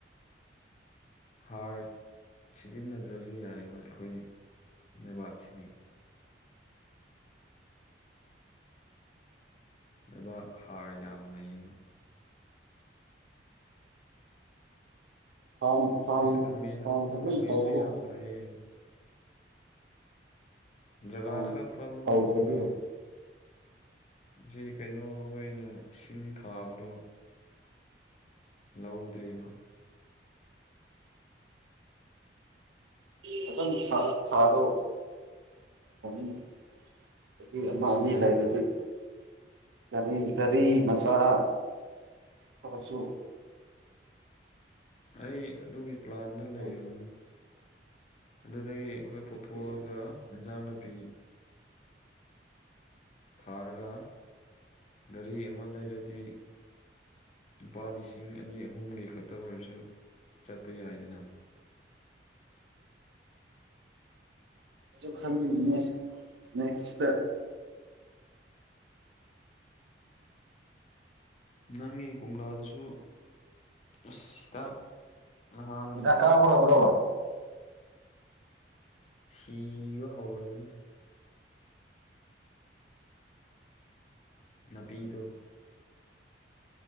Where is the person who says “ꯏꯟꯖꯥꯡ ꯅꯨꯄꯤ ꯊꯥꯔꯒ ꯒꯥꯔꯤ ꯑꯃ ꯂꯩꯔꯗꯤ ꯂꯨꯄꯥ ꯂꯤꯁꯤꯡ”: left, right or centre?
Left